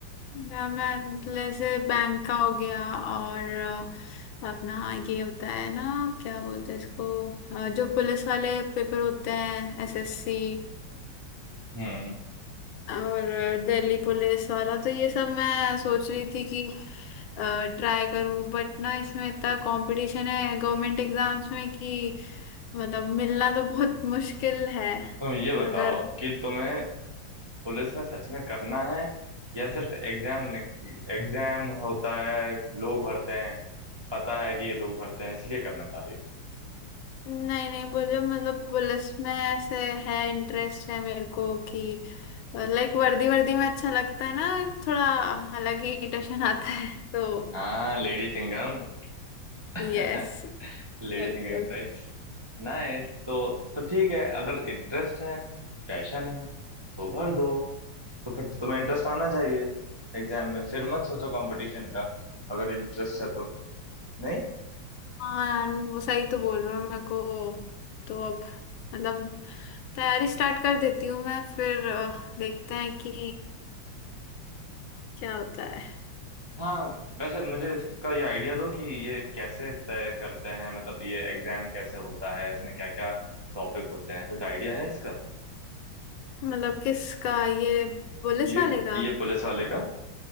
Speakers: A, on the left (about 75°); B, on the right (about 25°).
A: मैं मैं जैसे बैंक का हो गया और अ, अपना ये होता है ना क्या बोलते हैं इसको अ, जो पुलिस वाले पेपर होते हैं एसएससी
B: हम्म
A: और दिल्ली पुलिस वाला तो ये सब मैं सोच रही थी कि ट्राई करूं बट ना इसमें इतना कंपटीशन है गवर्नमेंट एग्जाम्स में कि मतलब मिलना तो बहुत मुश्किल है
B: तुम ये बताओ
A: अगर
B: कि तुम्हें पुलिस में सच में करना है या सिर्फ एग्जाम एग्जाम होता है लोग भरते हैं पता है कि ये लोग भरते हैं इसलिए करना चाह रही हो
A: नहीं नहीं बोले मतलब पुलिस में ऐसे है इंटरेस्ट है मेरे को कि लाइक वर्दी वर्दी में अच्छा लगता है ना थोड़ा अलग ही <laughs> टशन आता है तो
B: हाँ lady Singham <laughs>
A: यस
B: Ladies
A: बिल्कुल
B: engagement types Nice तो तो ठीक है अगर इंटरेस्ट है पैशन है तो भर दो तो फिर तो तुम्हें इंटरेस्ट आना चाहिए एग्जाम में फिर मत सोचो कंपटीशन का अगर इंटरेस्ट है तो नहीं
A: हाँ यार वो सही तो बोल रहे हो मेरे को तो अब मतलब तैयारी स्टार्ट कर देती हूँ मैं फिर अ, देखते हैं कि क्या होता है
B: हाँ वैसे मुझे इसका ये आइडिया दो कि ये कैसे तय करते हैं मतलब ये एग्जाम कैसे होता है इसमें क्या क्या टॉपिक होते हैं कुछ आइडिया है इसका
A: मतलब किसका ये पुलिस
B: ये
A: वाले का
B: ये पुलिस वाले का